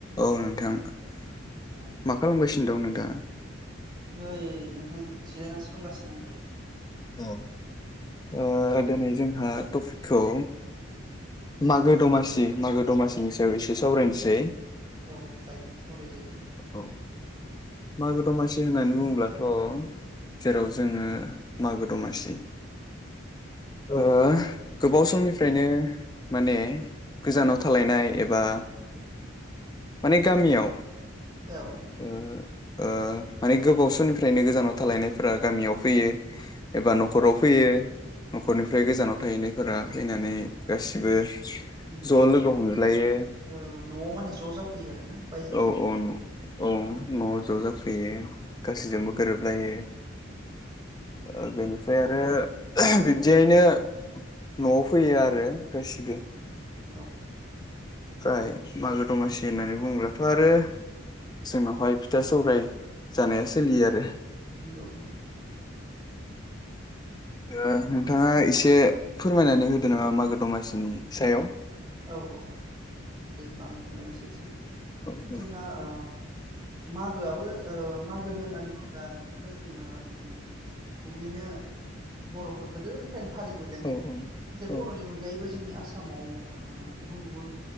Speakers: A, on the left; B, on the right.
A: औ नोंथां
B: औ
A: मा खालामगासिनो दं नोंथाङा?
B: नै नोंथां जिरायनासो दंगासिनो। आं दायो
A: अ ओ दिनै जों ओ टपिकखौ मागो दमासि मागो दमासिनि सायाव एसे सावरायनोसै।
B: औ जायो। सावरायजायो
A: औ मागो दमासि होननानै बुङोब्लाथ जेराव जोङो मागो दमासि ओ गोबाव समनिफ्रायनो माने गोजानाव थालायनाय एबा माने गामियाव ओ
B: औ
A: ओ माने गोबाव समनिफ्रायनो गोजानाव थालायनायफोरा गामियाव फैयो एबा न'खराव फैयो। न'खरनिफ्राय गोजानाव थाहैनायफोरा फैनानै गासिबो
B: अम
A: ज' लोगो
B: अम
A: हमज्लायो
B: ओ न'आव माने ज'जाफैयो आरोना बायजो
A: औ औ औ न'आव ज'जा फैयो गासैजोंबो गोरोबलायो ओ बेनिफ्राय आरो बिब्दियैनो न'आव फैयो आरो गासिबो।
B: औ।
A: ओमफ्राय मागो दमासि होननानै बुङोब्लाथ' आरो जोंनावहाय फिथा सौराय जानाया सोलियो आरो।
B: नोंगौ
A: ओ नोंथाङा एसे फोरमायनानै होदो नामा मागो दमासिनि सायाव
B: औ औ दे होमबा आं फोरमायनोसै एसे
A: औ औ
B: जोंहा ओ मागोआबो ओ मागो होननानै बुङोब्ला बिखौ जोङो ओम गुबैयैनो बर'फोर गोदोनि गोदायनिफ्रायनो फालिबोदों
A: औ
B: नाथाय
A: औ
B: बर'नि अनगायैबो जोंनि आसामाव ओ गुबुन-गुबुन